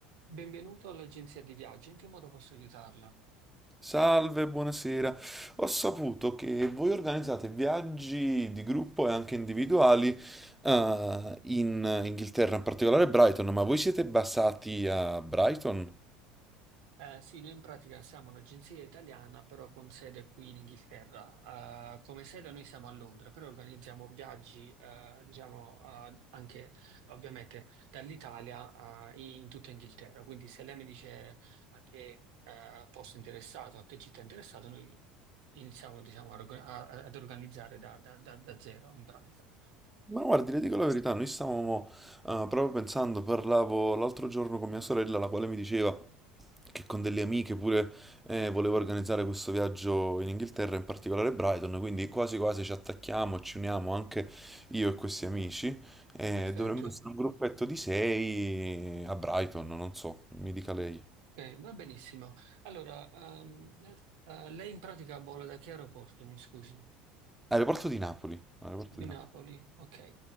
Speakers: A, on the right; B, in the centre.
A: Benvenuto all'agenzia di viaggio, in che modo posso aiutarla?
B: Salve, buonasera. Ho saputo che voi organizzate viaggi di gruppo e anche individuali, eh, in Inghilterra, in particolare Brighton, ma voi siete basati a Brighton?
A: Eh, sì, noi in pratica siamo un'agenzia italiana, però con sede qui in Inghilterra. Eh, come sede noi siamo a Londra, però organizziamo viaggi, eh, diciamo, eh, anche ovviamente dall'Italia, eh, in tutta Inghilterra. Quindi se lei mi dice a che, eh, posto è interessato, a che città è interessato, noi iniziamo, diciamo, a orga- a- ad organizzare da da- da- da zero in pratica.
B: Ma guardi, le dico la verità, noi stavamo eh, proprio pensando, parlavo l'altro giorno con mia sorella, la quale mi diceva che con delle amiche pure eh, voleva organizzare questo viaggio in Inghilterra, in particolare Brighton, quindi quasi quasi ci attacchiamo, ci uniamo anche io e questi amici, e
A: Perfetto.
B: dovremmo essere un gruppetto di sei a Brighton, non so, mi dica lei.
A: Eh, va benissimo. Allora, ehm, eh, lei in pratica vola da che aeroporto, mi scusi?
B: Aeroporto di Napoli, aeroporto
A: Di
B: di
A: Napoli,
B: Napoli.
A: ok.